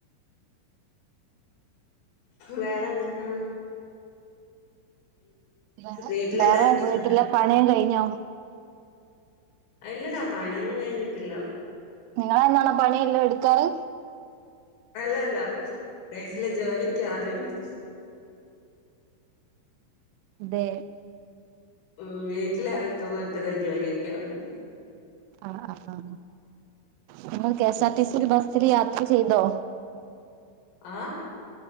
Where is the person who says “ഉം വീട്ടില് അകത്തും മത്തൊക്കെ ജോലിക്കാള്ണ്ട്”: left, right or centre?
Left